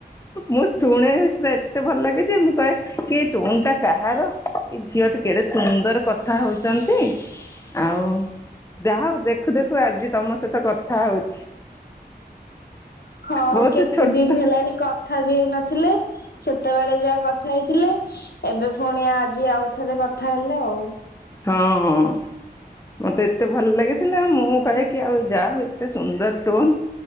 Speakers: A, on the left (about 15°); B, on the left (about 65°).
A: ମୁଁ ଶୁଣେ ଏତେ ଭଲ ଲାଗେ ଯେ ମୁଁ କହେ କି ଟୋନ୍ ଟା କାହାର ଏ ଝିଅ ଟ କେଡେ ସୁନ୍ଦର କଥା ହଉଛନ୍ତି ଆଉ ଯା ହଉ ଦେଖୁ ଦେଖୁ ଆଜି ତମ ସହିତ କଥା ହଉଛି
B: ହଁ
A: ବହୁତ
B: କେତେ
A: ଛୋଟ
B: ଦିନ ହେଲାଣି କଥା ବି ହେଇ ନଥିଲେ ସେତେବେଳେ ଯାହା କଥା ହେଇଥିଲେ ଏବେ ପୁଣି ଆଜି ଆଉଥରେ କଥା ହେଲେ ଆଉ
A: ହୁଁ ହୁଁ ମତେ ଏତେ ଭଲ ଲାଗିଥିଲା ମୁଁ କହେକି ଆଉ ଯା ଏତେ ସୁନ୍ଦର ଟୋନ